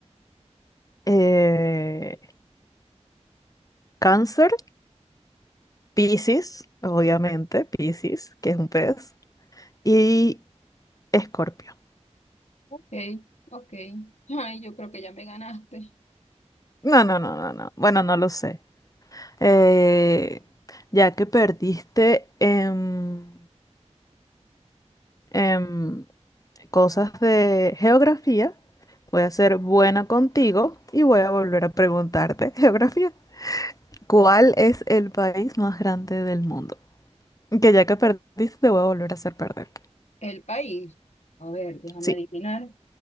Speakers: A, on the left (about 30°); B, on the left (about 70°).
A: eh, Cáncer, Piscis, obviamente, Piscis, que es un pez, y Escorpio.
B: Ok, ok. Ay, yo creo que ya me ganaste.
A: No, no, no, no, no. Bueno, no lo sé. Eh, ya que perdiste en, en cosas de geografía, voy a ser buena contigo y voy a volver a preguntarte <laughs> geografía. ¿Cuál es el país más grande del mundo? Que ya que perdiste, te voy a volver a hacer perder.
B: El país. A ver, déjame
A: Sí,
B: adivinar.